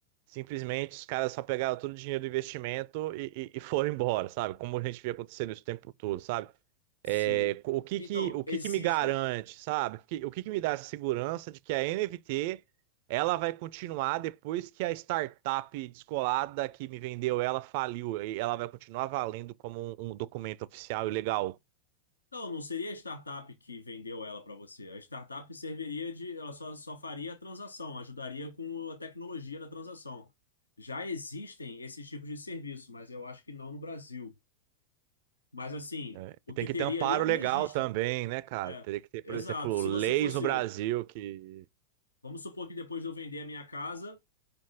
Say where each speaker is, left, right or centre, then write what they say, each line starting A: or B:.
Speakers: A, on the right; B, on the left.
A: simplesmente os caras só pegaram todo o dinheiro do investimento e, e, e foram embora, sabe? Como a gente vê acontecendo isso o tempo todo, sabe? É,
B: sim.
A: co- o que
B: Então,
A: que, o que
B: existem.
A: que me garante, sabe? O que, o que que me dá essa segurança de que a NFT ela vai continuar depois que a startup descolada que me vendeu ela faliu e ela vai continuar valendo como um, um documento oficial e legal.
B: Não, não seria a startup que vendeu ela para você. A startup serviria de, ela só, só faria a transação, ajudaria com a tecnologia da transação. Já existem esses tipos de serviço, mas eu acho que não no Brasil. Mas assim,
A: É,
B: o
A: e tem
B: que
A: que
B: teria
A: ter um amparo
B: ali é um
A: legal
B: registro.
A: também, né, cara?
B: É,
A: Teria que ter,
B: exato.
A: por exemplo,
B: Se
A: leis
B: você fosse,
A: no Brasil que
B: vamos supor que depois de eu vender a minha casa,